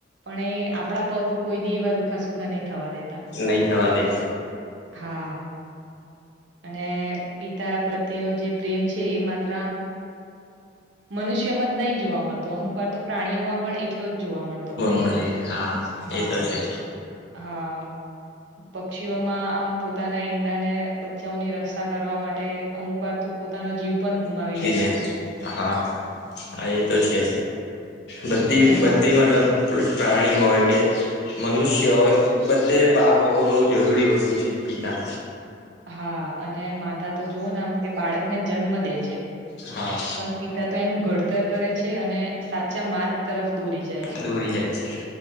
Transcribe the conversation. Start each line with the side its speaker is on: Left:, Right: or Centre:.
Right: પણ એ આપણા પગ કોઈ દી એવા રૂખા સુખા નહીં થવા દેતા
Left: નહી થવા દે
Right: હા અને પિતા પ્રત્યેનો જે પ્રેમ છે એ માત્ર મનુષ્યમાં જ નહી જોવા મળતો અમુક વાર તો પ્રાણીઓમાં પણ એટલો જ જોવા મળતો હોય
Left: મળે
Right: છે
Left: હા
Right: હા
Left: એ તો છે
Right: હા પક્ષીઓમાં આમ પોતાના ઈંડાને બચ્ચાઓની રક્ષા કરવા માટે અમુક વાર તો પોતાનો જીવ પણ ગુમાવી દે
Left: હા હા એ તો છે બધી
Right: અને
Left: બધી મતલબ પ્રાણી હોય કે મનુષ્ય હોય બધે બાપ હોવ બહુ જરૂરી વસ્તુ છે. પીતા
Right: હા અને માતા તો જુવોને આમ કે બાળકને જન્મ દે છે.
Left: હા.
Right: પણ પિતા તો એનું ઘડતર કરે છે અને સાચા માર્ગ તરફ દોરી જાય છે.
Left: દોરી જાય છે